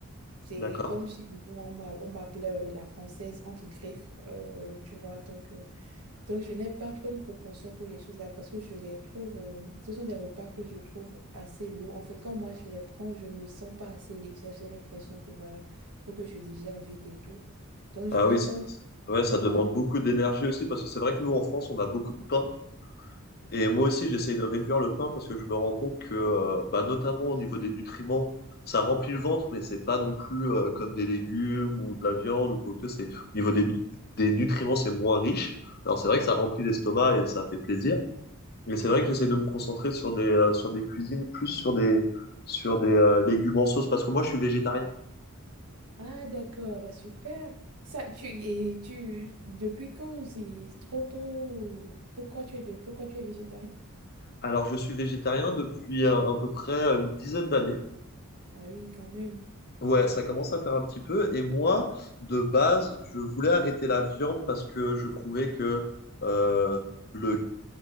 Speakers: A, on the right (about 85°); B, on the left (about 45°).
A: C'est
B: D'accord.
A: comme si bon, on m'a- on m'appelait euh, la française entre griffes, euh, tu vois. Donc, euh, donc, je n'ai pas trop une propension pour les choses-là parce que je les trouve, euh, ce sont des repas que je trouve assez lourds. En fait, quand moi je les prends, je ne me sens pas assez légère. J'ai l'impression que voilà, il faut que je digère vite et tout. Donc, je
B: Ah
A: n'ai
B: oui, ça,
A: pas une
B: ça- ouais,
A: propension.
B: ça demande
A: Voilà.
B: beaucoup d'énergie aussi, parce que c'est vrai que nous, en France, on a beaucoup de pain. Et moi aussi, j'essaye de réduire le pain parce que je me rends compte que, euh, bah, notamment au niveau des nutriments, ça remplit le ventre, mais c'est pas non plus euh, comme des légumes ou de la viande ou quoi que c'est. Au niveau des, des nutriments, c'est moins riche. Alors c'est vrai que ça remplit l'estomac et ça fait plaisir. Mais c'est vrai que j'essaie de me concentrer sur des, euh, sur des cuisines, plus sur des, sur des euh, légumes en sauce, parce que moi, je suis végétarien.
A: Ah, d'accord, Ah, bah super. Ça, tu, et tu, depuis quand c'est trop tôt? Pourquoi tu es de, pourquoi tu es végétarien?
B: Alors, je suis végétarien depuis euh, à peu près euh, une dizaine d'années.
A: Ah oui, quand même.
B: Ouais, ça commence à faire un petit peu. Et moi, de base, je voulais arrêter la viande parce que je trouvais que euh, le,